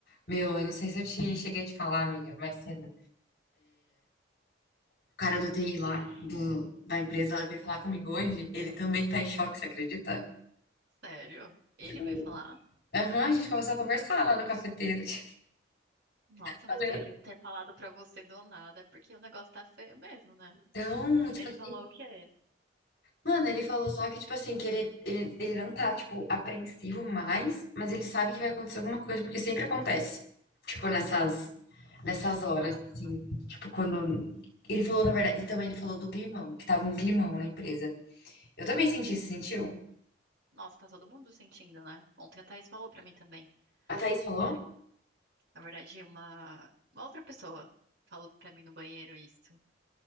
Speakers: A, on the left; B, on the right.
A: Meu, eu não sei se eu te cheguei a te falar, amiga, mais cedo. O cara do TI lá, do, da empresa, ela veio falar comigo hoje. Ele também tá em choque, você acredita?
B: Sério? Ele
A: Juro.
B: veio falar?
A: Aham, a gente começou a conversar lá no cafeteiro. <laughs> tipo,
B: Nossa,
A: falando.
B: mas pra ele ter falado pra você do nada é porque o negócio tá feio mesmo, né?
A: Então, tipo
B: Ele
A: assim,
B: falou o quê?
A: mano, ele falou só que, tipo assim, que ele, ele, ele não tá, tipo, apreensivo mais, mas ele sabe que vai acontecer alguma coisa, porque sempre acontece. Tipo, nessas,
B: Uhum,
A: nessas
B: nessas
A: horas,
B: datas,
A: assim,
B: né?
A: tipo, quando. Ele falou, na verdade, e também ele falou do climão, que tava um climão na empresa. Eu também senti, você sentiu?
B: Nossa, tá todo mundo sentindo, né? Ontem a Thaís falou pra mim também.
A: A Thaís falou?
B: Op, na verdade, uma, uma outra pessoa falou pra mim no banheiro isso.